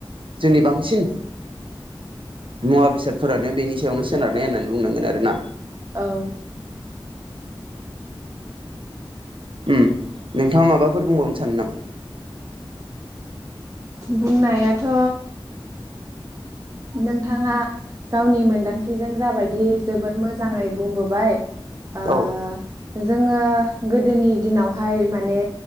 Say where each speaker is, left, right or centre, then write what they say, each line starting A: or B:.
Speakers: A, on the right (about 70°); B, on the right (about 35°).
A: जोंनि बांसिन मुवा बेसादफोरानो बेनि सायावनो सोनार नाय बुंनांगोन आरो ना
B: औ
A: उम नोंथाङा माबाफोर बुंबावनो सानो नामा?
B: बुंनायाथ' नोंथाङा गावनि मोन्दांथिजों जाबाय बाय दि जोबोद मोजाङै बुंबोबाय ओ
A: औ
B: जोङो गोदोनि दिनावहाय माने